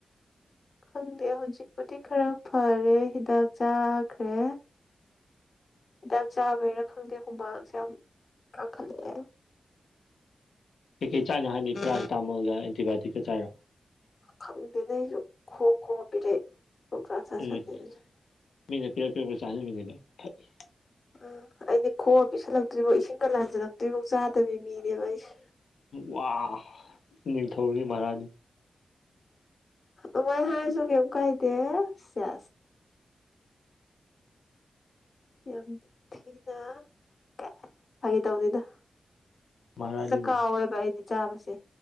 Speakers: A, on the left; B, on the left.
A: ꯈꯪꯗꯦ ꯍꯧꯖꯤꯛꯄꯨꯗꯤ ꯈꯔ ꯐꯔꯦ ꯍꯤꯗꯥꯛ ꯆꯥꯈ꯭ꯔꯦ ꯍꯤꯗꯥꯛ ꯆꯥꯕꯩꯔꯥ ꯈꯪꯗꯦ ꯍꯨꯃꯥꯡꯁꯦ ꯌꯥꯝ ꯀꯥꯡꯈꯠꯂꯛꯑꯦ
B: ꯀꯩꯀꯩ ꯆꯥꯏꯅ ꯍꯥꯏꯅꯤ ꯄꯦꯔꯥꯁꯤꯇꯥꯃꯜꯒ ꯑꯦꯟꯇꯤꯕꯥꯏꯌꯇꯤꯛꯀ ꯆꯥꯏꯔꯥ
A: ꯈꯪꯗꯦꯗ ꯑꯩꯁꯨ ꯈꯣꯛ ꯈꯣꯛ ꯑ ꯄꯤꯔꯛ ꯑꯦ ꯄꯪꯆꯥ ꯆꯥꯁꯤꯂꯦ
B: ꯎꯝ
A: ꯑꯩꯁꯨ
B: ꯃꯤꯅ ꯄꯤꯔꯛ ꯄꯤꯔꯛꯄ ꯆꯥꯁꯤꯟꯕꯅꯤꯅ ꯑꯗꯨꯝ <unintelligible>
A: ꯑ ꯑꯩꯗꯤ ꯈꯣꯡꯑ ꯄꯤꯁꯜꯂꯛꯇ꯭ꯔꯤꯐꯥꯎ ꯏꯁꯤꯡꯒ ꯂꯥꯟꯖꯜꯂꯛꯇ꯭ꯔꯤꯐꯥꯎ ꯆꯥꯗꯕꯤ ꯃꯤꯅꯦꯕ ꯑꯩꯁꯦ
B: ꯋꯥ ꯅꯤꯡꯊꯧꯅꯤ ꯃꯍꯔꯥꯅꯤ
A: ꯑꯃꯣꯏ ꯍꯥꯏꯁꯨ ꯀꯩꯝ ꯀꯥꯏꯗꯦ ꯆꯦꯁ ꯌꯥꯝ ꯊꯤꯅ ꯀ ꯐꯒꯦ ꯇꯧꯅꯤꯗ
B: ꯃꯍꯥꯔꯥꯅꯤꯅꯤ
A: ꯇꯀꯥꯎꯋꯦꯕ ꯑꯩꯗꯤ ꯆꯥꯕꯁꯦ